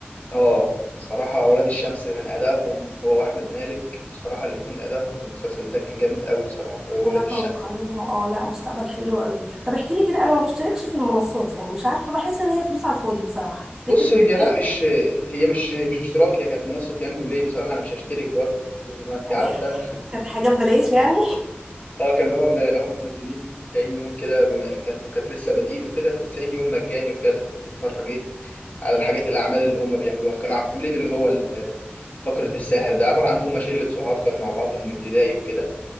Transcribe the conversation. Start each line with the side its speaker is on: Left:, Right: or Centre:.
Left: اه صراحه اولاد الشمس كان ادائهم هو واحمد مالك بصراحه الاثنين ادائهم في المسلسل ده كان جامد قوي بصراحه في اولاد
Right: أنا أتوقع
Left: الشمس ده.
Right: لهم أه لا مستقبل حلو قوي طب احكي لي كده أنا ما بشتركش في المنصات يعني مش عارفة بحس إن هي فلوس على الفاضي بصراحة تفتكر
Left: بص هي
Right: تستاهل؟
Left: لا مش هي مش مش اشتراك هي كانت منصه يانجو بلاي بصراحه انا مش هشترك برضه ما انت
Right: <laughs>
Left: عارفه
Right: كانت حاجة ببلاش يعني
Left: اه كان هو من هم منزلين 90 يوم كده بما كانت- كانوا لسه بادئين وكده ف 90 يوم مجاني وكده تدخل تتفرج ايه على الحاجات الاعمال اللي هم بيعملوها فكانوا عاملين اللي هو ال- آه، فقره الساحر ده عباره عن ان هم شله صحاب كانوا مع بعض من ابتدائي وكده